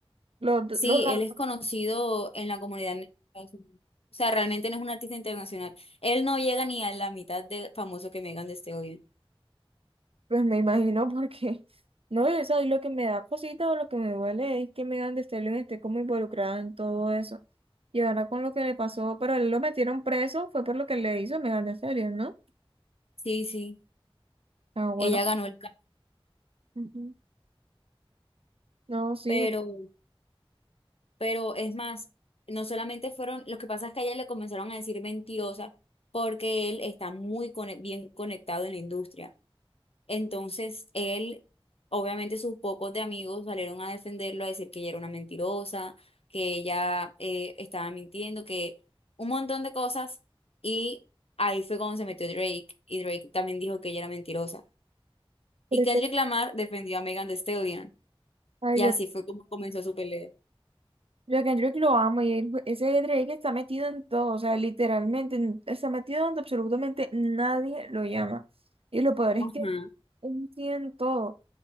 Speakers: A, on the right; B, on the left.
A: los,
B: Sí,
A: los rap,
B: él es conocido en la comunidad en Estados Unidos. O sea, realmente no es un artista internacional. Él no llega ni a la mitad de famoso que Megan Thee Stallion.
A: pues me imagino <laughs> porque, no, eso ahí lo que me da cosita o lo que me duele es que Megan Thee Stallion esté como involucrada en todo eso. Y ahora con lo que le pasó, pero él lo metieron preso, fue por lo que le hizo a Megan Thee Stallion, ¿no?
B: Sí, sí,
A: Ah, bueno.
B: ella ganó el Grammy,
A: ujú. No, sí,
B: pero
A: pero
B: pero es más, no solamente fueron, lo que pasa es que a ella le comenzaron a decir mentirosa porque él está muy cone- bien conectado en la industria. Entonces, él, obviamente sus pocos de amigos salieron a defenderlo, a decir que ella era una mentirosa, que ella eh, estaba mintiendo, que un montón de cosas. Y ahí fue cuando se metió Drake y Drake también dijo que ella era mentirosa. Y
A: es
B: Kendrick
A: que,
B: Lamar defendió a Megan Thee Stallion.
A: ay,
B: Y
A: yo,
B: así fue como comenzó su pelea.
A: Yo a Kendrick lo amo y él- ese Drake está metido en todo, o sea, literalmente en- está metido donde absolutamente nadie lo llama. Y lo peor es
B: Ajá.
A: que él tiene en todo.